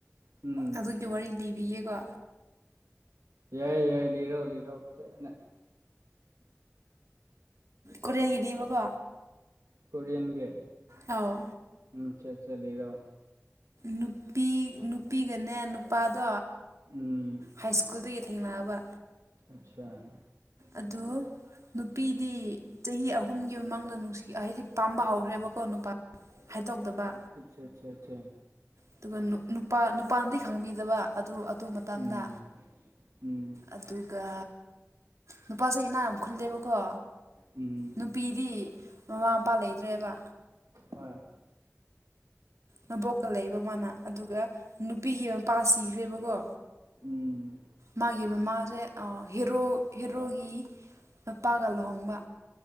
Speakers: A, on the right; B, on the right.
A: ꯎꯝ
B: ꯑꯗꯨꯒꯤ ꯋꯥꯔꯤ ꯂꯤꯕꯤꯌꯦꯀꯣ
A: ꯌꯥꯏ ꯌꯥꯏ ꯂꯤꯔꯣ ꯂꯤꯔꯣ ꯁꯦ ꯅ
B: ꯀꯣꯔꯦꯌꯟꯒꯤꯗꯤꯕꯀꯣ
A: ꯀꯣꯔꯤꯌꯥꯟꯒꯤ
B: ꯑꯥꯎ
A: ꯎꯝ ꯁꯠ ꯁꯠ ꯂꯤꯔꯣ
B: ꯅꯨꯄꯤ ꯅꯨꯄꯤꯒꯅꯦ ꯅꯨꯄꯥꯗꯣ
A: ꯎꯝ
B: ꯍꯥꯏ ꯁ꯭ꯀꯨꯜꯗꯒꯤ ꯊꯦꯡꯅꯕ
A: ꯑꯆꯥꯥ
B: ꯑꯗꯨ ꯅꯨꯄꯤꯗꯤ ꯆꯍꯤ ꯑꯍꯨꯝꯒꯤ ꯃꯃꯥꯡꯗ ꯅꯨꯡꯁꯤ ꯍꯥꯏꯗꯤ ꯄꯥꯝꯕ ꯍꯧꯈ꯭ꯔꯦꯕꯀꯣ ꯅꯨꯄꯥ ꯍꯥꯏꯗꯣꯛꯇꯕ
A: ꯑꯠꯆꯥ ꯆꯥ ꯆꯥ
B: ꯑꯗꯨꯒ ꯅꯨꯄꯥ ꯅꯨꯄꯥꯅꯗꯤ ꯈꯪꯕꯤꯗꯕ ꯑꯗꯨ ꯑꯗꯨ ꯃꯇꯝꯗ
A: ꯎꯝ ꯎꯝ
B: ꯑꯗꯨꯒ ꯅꯨꯄꯥꯁꯤ ꯏꯅꯥꯛ ꯌꯥꯝ ꯈꯨꯜꯂꯦꯕꯀꯣ
A: ꯎꯝ
B: ꯅꯨꯄꯤ ꯗꯤ ꯃꯃꯥ ꯃꯄꯥ ꯂꯩꯇ꯭ꯔꯦꯕ
A: ꯍꯣꯏ
B: ꯃꯕꯣꯛꯀ ꯂꯩꯕ ꯃꯥꯅ ꯑꯗꯨꯒ ꯅꯨꯄꯤꯒꯤ ꯃꯄꯥ ꯁꯤꯈ꯭ꯔꯦꯕꯀꯣ
A: ꯎꯝ
B: ꯃꯥꯒꯤ ꯃꯃꯥꯁꯦ ꯑ ꯍꯦꯔꯣ ꯍꯦꯔꯣꯒꯤ ꯃꯄꯥꯒ ꯂꯨꯍꯣꯡꯕ